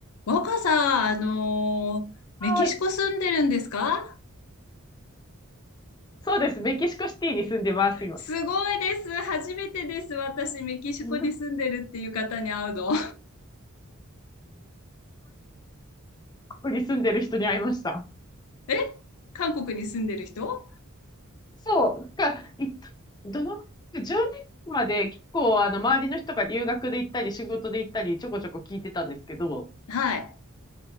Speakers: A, on the left; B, on the left.
A: 若さ、あのーメキシコ住んでるんですか
B: はい。そうです。メキシコシティに住んでます、今。
A: すごいです。初めてです。私、メキシコに住んでるっていう方に会うの。
B: うん。こに住んでる人に会いました。
A: <laughs> え韓国に住んでる人
B: そう。なんか、いどの、10年まで結構、あの、周りの人が留学で行ったり、仕事で行ったり、ちょこちょこ聞いてたんですけど、
A: はい。